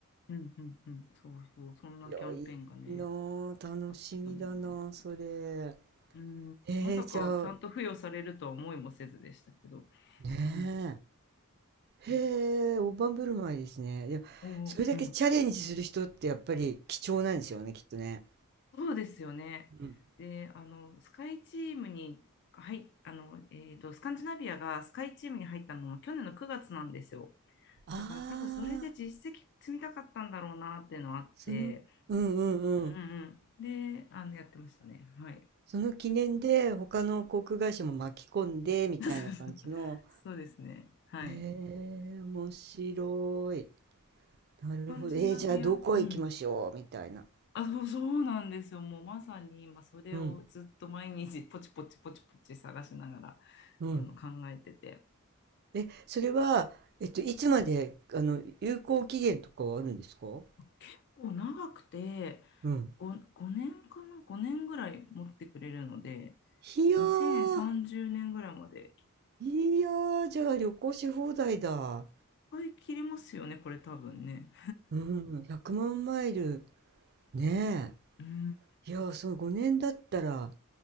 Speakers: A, on the left (about 50°); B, on the right (about 45°).
A: うんうんうんそうそうそんなキャンペーンがね
B: 広いなあ楽しみだなあそれ。
A: あったんですよ。うん、
B: えー、
A: まさかちゃんと付与されるとは思いもせずでしたけど、
B: じゃあ、ね
A: うん、
B: え。
A: はい、
B: へえ、大盤振る舞いですね。でも、
A: おー、
B: それだけチャレンジする人ってやっぱり貴重なんですよね、
A: うん、
B: きっとね。
A: そうですよね。
B: うん。
A: で、あの、スカイチームに、はい、あの、えっと、スカンジナビアがスカイチームに入ったのも去年の9月なんですよ。
B: ああ。
A: だから多分それで実績積みたかったんだろうなっていうのはあって、
B: その、うんうんうん。
A: うんうんうん。で、あの、やってましたね。はい。
B: その記念で他の航空会社も巻き込んでみたいな感じの。
A: <laughs> そうそうそうそうですね。はい。
B: へえ、面白い。なるほど。
A: スカンジナビア、
B: えーじゃあどこ行きましょうみたいな。
A: うん。あ、そう、<laughs> そうなんですよ。もうまさに今それをずっと毎日ポチポチポチポチ探しながら
B: うん、うん。
A: あの考えてて。
B: え、それは、えっと、いつまで、あの、有効期限とかはあるんですか
A: 結構長くて
B: うん。
A: 5、5年かな ?5 年ぐらい持ってくれるので、
B: いやー、
A: 2030年ぐらいまでい
B: いやー、じゃあ旅行し放題だ。
A: い切れますよね、これ多分ね。
B: うん、100万マイル。ね
A: うん、
B: え。いやー、その5年だったら、